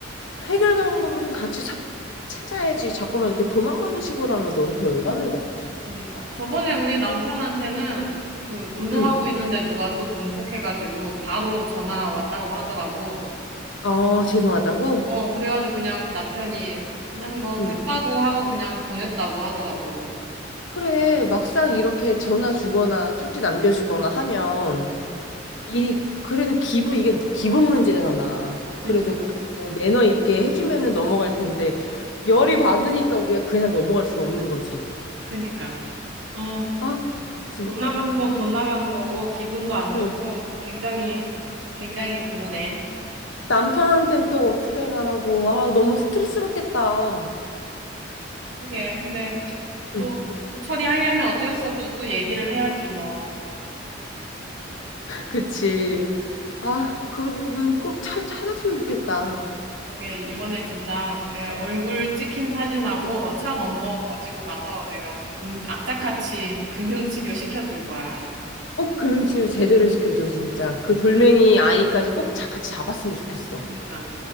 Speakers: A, on the left; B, on the right.
A: 해결 방법을 좀 같이 찾, 찾아야지 자꾸만 이렇게 도망가는 식으로 하면 너무 덜 받는 것 같아.
B: 그러니까 저번에 우리 남편한테는 그 운동하고
A: 응.
B: 있는데 누가 또 뭉콕해가지고 바로 전화 왔다고 하더라고.
A: 아 죄송하다고?
B: 어, 그래가지고 그냥 그 남편이 그냥 뭐
A: 응.
B: 됐다고 하고 그냥 보냈다고 하더라고.
A: 그래, 막상 이렇게 전화 주거나 쪽지 남겨주거나 하면
B: 음,
A: 일이 그래도 기부 이게 기분 문제잖아.
B: 그니까,
A: 그래도 매너 있게 해주면은 넘어갈 텐데 열이 받으니까 우리가 그냥 넘어갈 수가 없는 거지.
B: 그니까. 아,
A: 아, 진짜.
B: 돈 나가는 건 돈 나가는 거고 기분도 안 좋고
A: 응.
B: 굉장히, 굉장히 그러네.
A: 남편한텐 또 어떻게 말하고 아, 너무 스트레스 받겠다.
B: 그게 근데 또
A: 응.
B: 처리하려면 어쩔 수 없이 또 얘기를 해야지 뭐.
A: 그치. 아, 그분은 꼭 잘 찾았으면 좋겠다.
B: 그러게 이번에 진짜 내 얼굴 찍힌 사진하고 차 넘버 가지고 가서 내가 분- 악착같이 금융치료 시켜줄 거야.
A: 꼭 금융치료 제대로 시켜줘, 진짜. 그 돌멩이 아이까지 꼭 자- 같이 잡았으면 좋겠어.
B: 그니까.